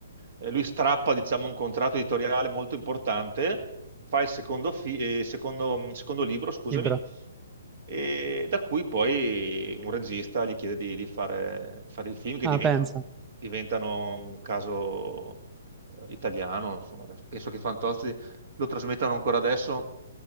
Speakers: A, on the right; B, on the right.
A: eh, lui strappa, diciamo, un contratto editoriale molto importante, fa il secondo, fi- eh, secondo- secondo libro, scusami,
B: libro.
A: e da cui poi un regista gli chiede di, di fare, di fare il film che
B: Ah,
A: diventa,
B: pensa.
A: diventano un caso eh, italiano, insomma, adesso- penso che Fantozzi lo trasmettano ancora adesso